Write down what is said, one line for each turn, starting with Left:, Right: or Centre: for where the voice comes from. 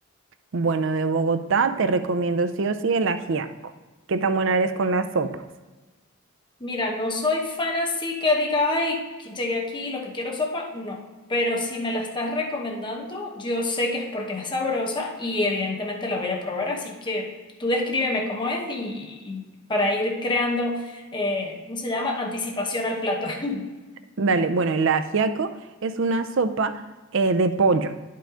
Right: bueno, de Bogotá te recomiendo sí o sí el ajiaco. ¿Qué tan buena eres con las sopas?
Left: Mira, no soy fan así que diga, ay, que llegué aquí, lo que quiero es sopa, no. Pero si me la estás recomendando, yo sé que es porque es sabrosa y evidentemente la voy a probar. Así que tú descríbeme cómo es y, y para ir creando, eh, ¿cómo se llama? Anticipación al plato. <laughs>
Right: Dale, bueno, el ajiaco es una sopa eh, de pollo,